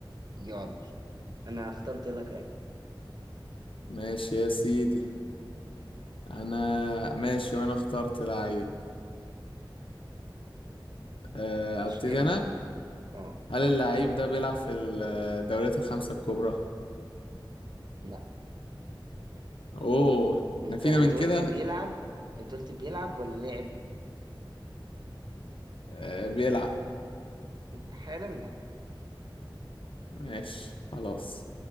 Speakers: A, on the right (about 55°); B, on the left (about 85°).
A: يلا انا اخترت لك لعيب
B: ماشي يا سيدي انا ماشي وانا اخترت لعيب أه،
A: مش
B: ابتدي
A: ابدأ
B: انا
A: اه
B: هل اللعيب ده بيلعب في الدوريات الخمسة الكبرى
A: لا
B: اوه
A: انت
B: احنا فينا
A: انت
B: من كده
A: قلت بيلعب انت قلت بيلعب ولا لعب
B: أه، بيلعب
A: حالا لا ما بيلعبش
B: ماشي خلاص
A: طيب